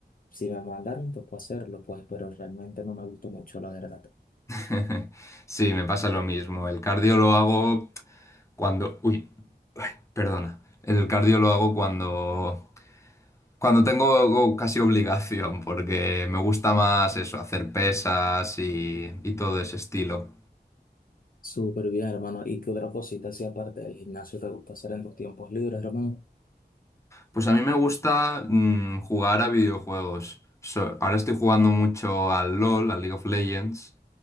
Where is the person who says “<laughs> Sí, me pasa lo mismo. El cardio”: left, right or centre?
Left